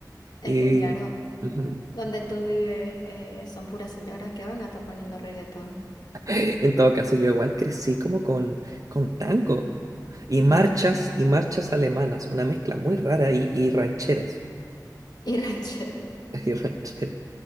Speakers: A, on the left; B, on the right.
A: Es
B: Y,
A: que claro,
B: ujú.
A: donde tú vives eh, son puras señoras que van a estar poniendo reggaetón.
B: En todo caso, yo igual crecí como con, con tango y marchas
A: Ujú. <laughs>
B: y marchas alemanas, una mezcla muy rara y, y rancheras.
A: Y ranchero.
B: <laughs> Y rancheras,